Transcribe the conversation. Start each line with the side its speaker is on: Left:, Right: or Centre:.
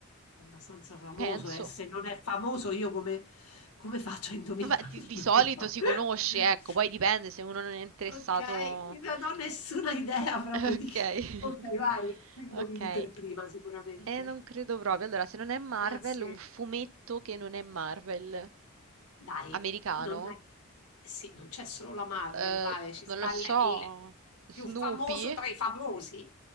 Left: Abbastanza famoso,
Right: penso.
Left: e se non è famoso, io come, come faccio a indovinarlo?
Right: Vabbè, di,
Left: <laughs>
Right: di solito si conosce, ecco, poi dipende se uno non è interessato.
Left: Okay, io
Right: <laughs>
Left: non ho nessuna idea proprio
Right: Ok,
Left: di chi
Right: <laughs>
Left: okay, vai, tu indovini
Right: ok.
Left: per prima sicuramente.
Right: E non credo proprio. Allora, se non è Marvel,
Left: Ah, sì.
Right: un fumetto che non è Marvel,
Left: Dai,
Right: americano,
Left: non è sì, non c'è solo la Marvel,
Right: Eh,
Left: vale, ci
Right: non
Left: sta
Right: lo so,
Left: il il
Right: Snoopy?
Left: più famoso tra i famosi.